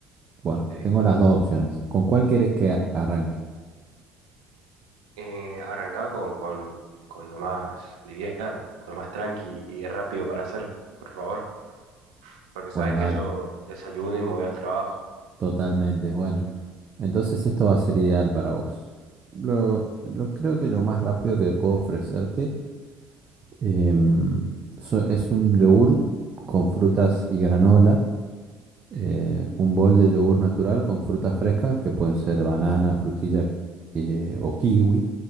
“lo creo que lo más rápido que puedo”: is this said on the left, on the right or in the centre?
Right